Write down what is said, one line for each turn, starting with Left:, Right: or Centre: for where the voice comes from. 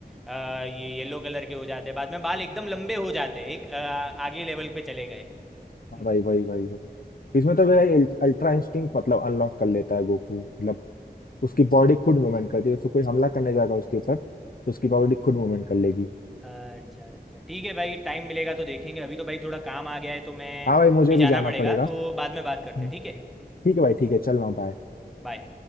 Centre: अ, ये येलो कलर के हो जाते बाद में बाल एकदम लंबे हो जाते एक अ, आगे लेवल पे चले गए <laughs> हम्म,
Left: हाँ भाई भाई भाई भाई इसमें तो वह अल्ट्रा इंस्टिंक्ट मतलब अनलॉक कर लेता है गोकू मतलब उसकी बॉडी खुद मूवमेंट करती है तो कोई हमला करने जाएगा उसके ऊपर तो उसकी
Centre: हम्म,
Left: बॉडी खुद मूवमेंट कर लेगी
Centre: अच्छा अच्छा ठीक है भाई टाइम मिलेगा तो देखेंगे अभी तो भाई थोड़ा काम आ गया है तो मैं
Left: हाँ भाई मुझे
Centre: अभी
Left: भी
Centre: जाना
Left: जाना
Centre: पड़ेगा
Left: पड़ेगा
Centre: तो बाद में बात
Left: हम्म।
Centre: करते हैं, ठीक है
Left: ठीक है भाई ठीक है चल रहा हूँ बाय
Centre: बाय